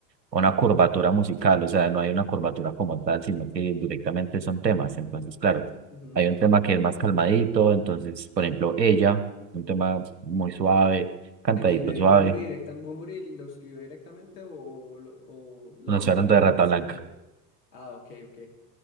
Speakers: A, on the right; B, on the left.
A: una curvatura musical, o sea, no hay una curvatura como tal, sino que directamente son temas. Entonces, claro,
B: Ujú.
A: hay un tema que es más calmadito, entonces, por ejemplo, ella, un tema muy suave, cantadito
B: ¿De quién? ¿De
A: suave.
B: Bunbury directa? ¿Bunbury lo escribió directamente o, lo- o los
A: No,
B: demás
A: estoy hablando
B: integrantes
A: de Rata Blanca.
B: tienen que ver? Ah, ok, ok.